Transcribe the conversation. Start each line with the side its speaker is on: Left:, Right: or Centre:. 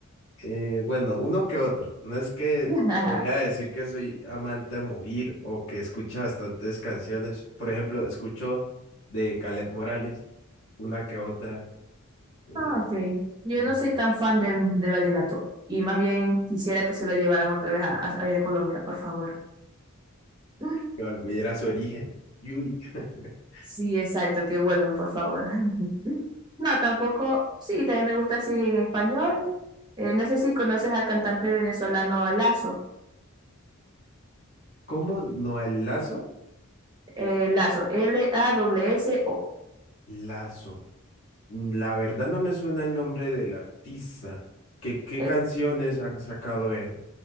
Left: Eh, bueno, uno que otro. No es que
Right: <laughs>
Left: podría decir que soy amante a morir o que escucha bastantes canciones. Por ejemplo, escucho de Calet Morales, una que otra, eh,
Right: Ah, sí. Yo
Left: mm,
Right: no soy tan fan del, del vallenato y más bien quisiera que se lo llevaran otra vez a, a, a Colombia, por favor. <laughs>
Left: que volviera a su origen. Y uy, <laughs>
Right: Sí, exacto, que vuelvan, por favor. <laughs> No, tampoco, sí, también me gusta así en español. Eh, no sé si conoces al cantante venezolano Lazo.
Left: ¿cómo no el Lazo?
Right: Eh, Lazo, l a w s o
Left: Lazo. La verdad no me suena el nombre del artista. ¿Qué, qué
Right: Eh,
Left: canciones ha sacado él?